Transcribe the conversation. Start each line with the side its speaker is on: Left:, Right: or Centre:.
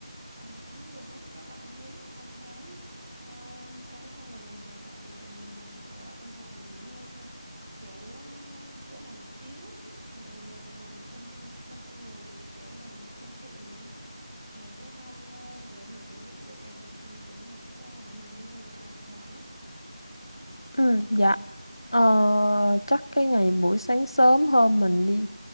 Centre: Ờ, cũng được á, chắc là ăn uống xong cái ờ, cái xong là mình về lại mình mình ở lại trong phòng mình nghỉ ngơi ha. Kiểu ờ, chữa lành một xíu, ngồi ờ, nằm tâm tâm tâm ngồi kiểu nằm tâm sự nè. Rồi cái xong ờ, để mình chuẩn bị đồ đạc ngày đến ngày thứ ba để mình đi về lại Sài Gòn á.
Left: Ừ, dạ ờ, chắc cái ngày buổi sáng sớm hơn mình đi